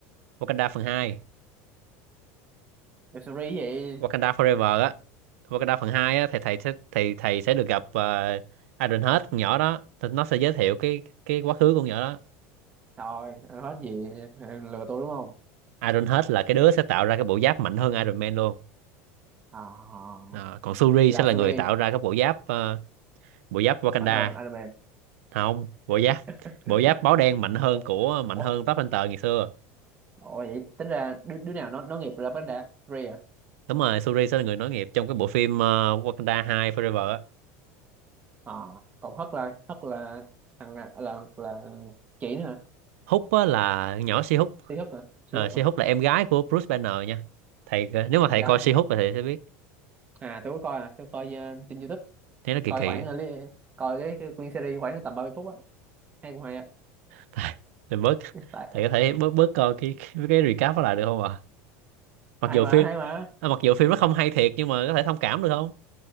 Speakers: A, on the right; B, on the right.
A: Wakanda phần hai
B: Web series gì?
A: Wakanda Forever á Wakanda phần 2 á thì thầy sẽ thì thầy sẽ được gặp uh, Iron Head con nhỏ đó Thì nó sẽ giới thiệu cái cái quá khứ con nhỏ đó
B: Thôi, anh hết gì anh lừa tôi đúng không?
A: Iron Head là cái đứa sẽ tạo ra cái bộ giáp mạnh hơn Iron Man luôn
B: À,
A: Ờ, còn Shuri
B: là
A: sẽ là
B: series
A: người tạo ra cái bộ giáp ờ, bộ giáp Wakanda
B: mạnh hơn Iron Man.
A: không bộ
B: <laughs>
A: giáp bộ giáp báo đen mạnh hơn
B: Ủa?
A: của mạnh
B: Ủa?
A: hơn Black Panther ngày xưa
B: Ủa vậy tính ra đứa, đứa nào nó nó nghiệp là vấn đề series à?
A: đúng rồi Shuri sẽ là người nối nghiệp trong cái bộ phim ờ, Wakanda 2 Forever á
B: À, còn Hất là Hất là thằng là là, là chị nữa hả?
A: Hút á là nhỏ Si Hút
B: Si Hất hả? Si
A: Ờ,
B: Hất
A: Si
B: hả?
A: Hút là em gái của Bruce Banner nha thầy nếu mà
B: Em
A: thầy
B: gái
A: coi Si
B: à?
A: Hút thì thầy sẽ biết
B: À tôi có coi à, tôi coi uh, trên YouTube,
A: thế nó kỳ
B: coi
A: kỳ
B: khoảng
A: <laughs> á.
B: uh, li- coi cái, cái nguyên series khoảng tầm 30 phút á. Hay cũng hay á.
A: thầy mình bớt
B: Tại
A: thầy có thể bớt bớt coi cái cái, cái recap đó lại được không ạ mặc
B: hay
A: dù
B: mà,
A: phim
B: hay mà.
A: à, mặc dù phim nó không hay thiệt nhưng mà có thể thông cảm được không